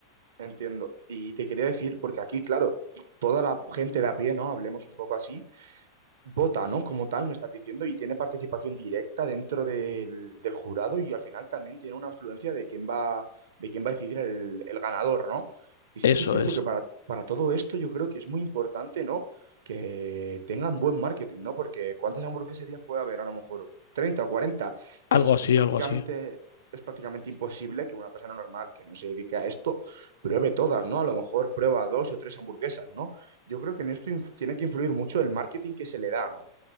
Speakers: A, on the right; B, on the left.
A: entiendo. Y te quería decir, porque aquí, claro, toda la gente de a pie, ¿no? Hablemos un poco así, vota, ¿no? Como tal, me estás diciendo, y tiene participación directa dentro del, del jurado y al final también tiene una influencia de quién va, de quién va a decidir el, el ganador, ¿no? Y sí
B: Eso
A: que es cierto
B: es.
A: que para, para todo esto yo creo que es muy importante, ¿no? Que tengan buen marketing, ¿no? Porque ¿cuántas hamburgueserías puede haber? A lo mejor treinta o cuarenta Es
B: Algo así,
A: prácticamente,
B: algo así.
A: es prácticamente imposible que una persona normal que no se dedique a esto pruebe todas, ¿no? A lo mejor prueba dos o tres hamburguesas, ¿no? Yo creo que en esto inf- tiene que influir mucho el marketing que se le da, ¿no?